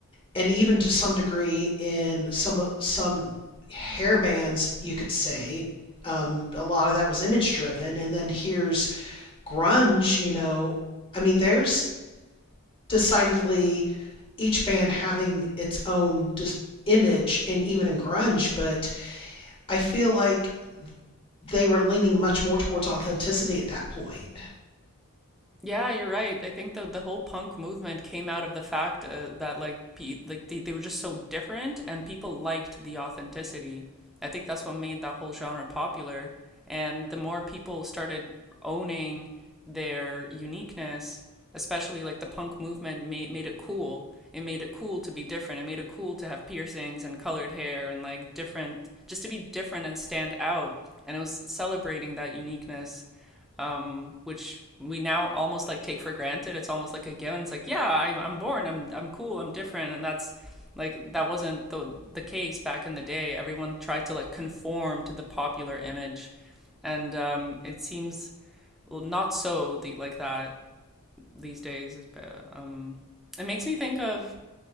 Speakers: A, on the left; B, in the centre.
A: and even to some degree in some some hair bands you could say um, a lot of that was image driven and then here's grunge you know i mean there's decidedly each band having its own just image and even in grunge, but I feel like they were leaning much more towards authenticity at that point.
B: Yeah, you're right. I think the the whole punk movement came out of the fact uh, that like pe like they, they were just so different and people liked the authenticity. I think that's what made that whole genre popular. And the more people started owning their uniqueness, especially like the punk movement made made it cool. It made it cool to be different. It made it cool to have piercings and colored hair and like different just to be different and stand out. And it was celebrating that uniqueness um, which we now almost like take for granted. It's almost like a given. It's like, yeah, I'm, I'm born, I'm, I'm cool, I'm different. And that's like, that wasn't the, the case back in the day. Everyone tried to like conform to the popular image. And um, it seems well, not so the, like that these days. Um, it makes me think of